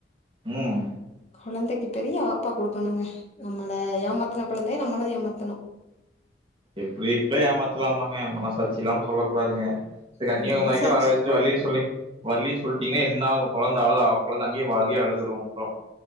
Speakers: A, on the right; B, on the left.
A: ம்
B: கொழந்தைக்கு பெரிய ஆப் ப்பா குடுக்கணுங்க நம்மள ஏமாத்துன கொழந்தைய நம்மளு ஏமாத்தணு
A: எப்டி இப்ப ஏமாத்தலாமாங்க மனசாட்சி இல்லாம சொல்ல கூடாதுங்க கன்னியாகுமரிக்குலா
B: ம் மனசாட்சி
A: வர வச்சட்டு வல்லின்னு சொல்லி வல்லின்னு சொல்லிட்டீங்கன்னா என்னாவு கொழந்த அவ்ளதா கொழந்த அங்கயே வா அங்கயே அழுதுரு அப்றோ